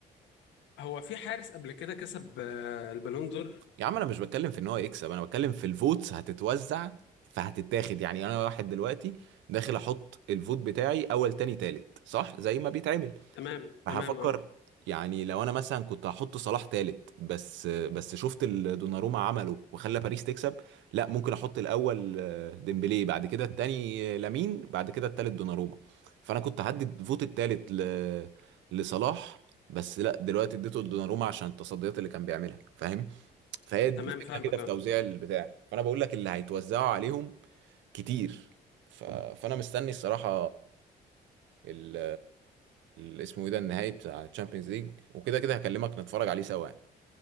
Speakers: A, on the left; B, on the right.
A: هو في حارس قبل كده كسب آه، البالون دور
B: يا عم انا مش بتكلم في ان هو يكسب انا بتكلم في الفوتس هتتوزع فهتتاخد يعني انا واحد دلوقتي داخل احط الفوت بتاعي اول تاني تالت صح زي ما بيتعمل
A: تمام
B: فهفكر
A: تمام اه
B: يعني لو انا مثلا كنت هحط صلاح تالت بس بس شفت اللي دوناروما عمله وخلى باريس تكسب لا ممكن احط الاول آه، ديمبلي بعد كده التاني آه، لامين بعد كده التالت دوناروما فانا كنت هدي فوت التالت ل... لصلاح بس لا دلوقتي اديته لدوناروما عشان التصديات اللي كان بيعملها فاهم فهي دي
A: تمام
B: الفكره
A: فاهمك
B: كده في
A: اه
B: توزيع البتاع فانا بقول لك اللي هيتوزعوا عليهم كتير ف... فانا مستني الصراحه ال ال- اسمه ايه ده النهائي بتاع تشامبيونز ليج وكده كده هكلمك نتفرج عليه سوا يعني